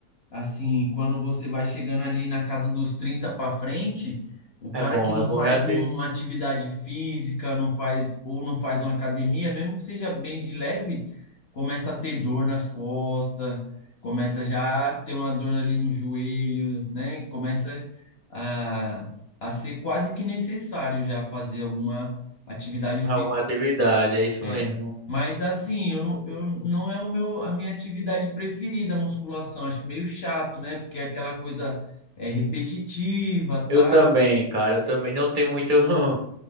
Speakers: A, on the left; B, on the right.
A: Assim, quando você vai chegando ali na casa dos 30 para frente, o
B: É
A: cara
B: bom,
A: que não
B: é bom
A: faz
B: já ter
A: uma atividade física, não faz ou não faz uma academia, mesmo que seja bem de leve, começa a ter dor nas costas, começa já a ter uma dor ali no joelho, né? E Começa a, a ser quase que necessário já fazer alguma atividade física.
B: alguma atividade, é isso
A: É,
B: mesmo.
A: mas assim, eu não, eu não é o meu, a minha atividade preferida, a musculação. Acho meio chato, né? Porque é aquela coisa é repetitiva,
B: Eu
A: tá?
B: também, cara, eu também não tenho muito <laughs>